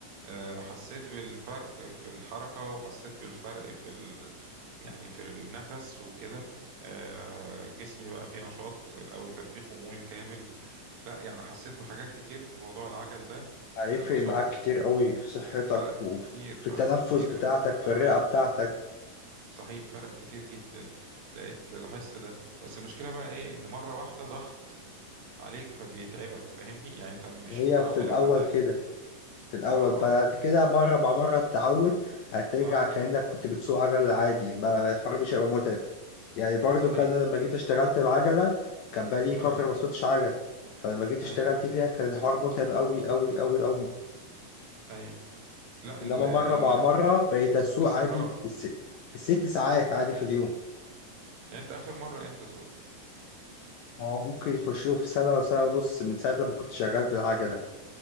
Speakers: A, on the right; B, on the left.
A: آه، حسيت بالفرق في الحركه وحسيت بالفرق في ال... يعني في النفس وكده آه، جسمي بقى فيه نشاط الاول كان فيه خمول كامل لا يعني حسيت بحاجات كتير في موضوع العجل ده
B: هيفرق
A: لما سوقت
B: معاك كتير قوي في صحتك
A: فرق كتير
B: وفي في
A: فرق
B: التنفس
A: كتير
B: بتاعتك في الرئة بتاعتك
A: صحيح فرق كتير جدا لقيت لاحظت ده بس المشكلة بقى ايه ان مرة واحدة ضغط عليك فبيتعبك فاهمني يعني انت مش
B: هي
A: متعود
B: في الأول
A: على ده
B: كده في الأول
A: اه
B: بعد
A: اه
B: كده مرة مع مرة تتعود هترجع
A: اه
B: كأنك كنت بتسوق عجل عادي بقى الحوار مش هيبقى متعب يعني برضو
A: صحيح
B: كان أنا لما جيت اشتغلت بعجلة كان بقالي
A: اه
B: فترة ما سوقتش عجل فلما جيت
A: ايوه
B: اشتغلت بيها كان الحوار متعب أوي أوي أوي أوي
A: ايوه لا
B: إنما
A: ال
B: مرة
A: ال
B: مع مرة بقيت أسوق
A: الاستمرار
B: عادي بالس... بالست ساعات عادي في اليوم
A: يعني انت اخر مرة امتى سوقت
B: هو ممكن يخشوا في سنة ولا سنة ونص من ساعة لما كنت شغال بالعجلة